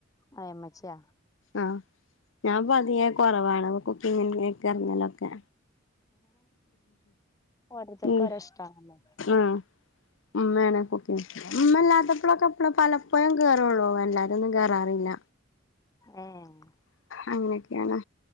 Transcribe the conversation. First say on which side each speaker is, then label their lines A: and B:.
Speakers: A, on the left; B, on the left.
A: ആഹ് ഇമ്മച്ചിയ
B: ആഹ് ഞാൻ പതിയെ കുറവാണ് കുക്കിങ്ങിൽ ഇറങ്ങ ഒക്കെ
A: ഓരോരുത്തർക്കും
B: ഉം
A: ഓരോ ഇഷ്ടാണല്ലോ
B: ആഹ് ഉമ്മയാണ് ഇപ്പൊ ഒക്കെ ഇല്ലാത്തപ്പഴൊക്കെ പല പ്പോഴും കയറുള്ളു എല്ലാരും ഒന്നും കയറാറില്ല
A: ഏഹ്
B: അങ്ങനെയൊക്കെയാണ്